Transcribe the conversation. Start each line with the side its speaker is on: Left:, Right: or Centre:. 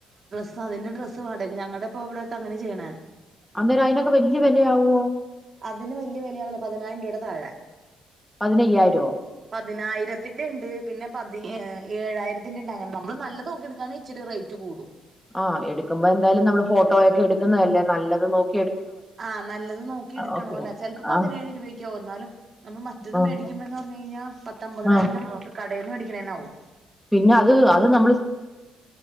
Right: സ അതിന്റെ ഡ്രസ്സ് വാടക്ക് ഞങ്ങളുടെപ്പോവിടെയൊക്കെ അങ്ങനാ ചെയ്യണേ
Centre: അന്നേരം അയിനൊക്കെ വല്യ വിലയാവോ
Right: അതിന് വലിയ വിലയാവൂല പതിനായിരം രൂപയുടെ താഴെ
Centre: പതിനയ്യായിരോ
Right: പതിനായിരത്തിന്റെ ണ്ട് പിന്നെ പതി ഏഴായിരത്തിന്റെ ണ് നമ്മള് നല്ലത് നോക്കിട്ക്കാണെങ്കിത്തിരി റേറ്റ് കൂടും
Centre: ങാ എടുക്കുമ്പോ എന്തായാലും നമ്മള് ഫോട്ടോയൊക്കെ എടുക്കുന്നതല്ലേ നല്ലത് നോക്
Right: ആഹ് നല്ലത് നോക്കി എടുക്കണോല്ലോ
Centre: ഓക്കെ
Right: ചിലപ്പോ പതിനേഴ്
Centre: ആഹ്
Right: രൂപയൊക്ക ആകും എന്നാലും നമ്മൾ മറ്റത്
Centre: ആഹ്
Right: മേടിക്കുമ്പോ എന്നു പറഞ്ഞു കഴിഞ്ഞാൽ പത്തമ്പതിനായിരം
Centre: ആഹ്
Right: രൂപക്ക് മോള് വേടിക്കണേന്നാവും
Centre: പിന്നെ അത് അത് ന